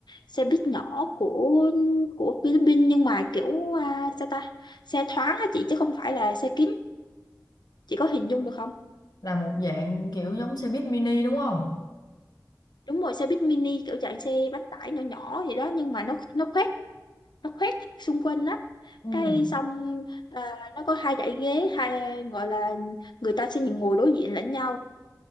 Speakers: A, on the left; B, on the left.
A: xe buýt nhỏ của của Philippines nhưng mà kiểu à, sao ta xe thoáng á chị chứ không phải là xe kín chị có hình dung được không
B: là một dạng kiểu giống xe buýt mini đúng không
A: đúng rồi xe buýt mini kiểu dạng xe bánh tải nhỏ nhỏ gì đó nhưng mà nó nó khoét nó khoét xung quanh á
B: ừ
A: cái xong à, nó có hai dãy ghế hai gọi là người ta sẽ ngồi đối diện lẫn nhau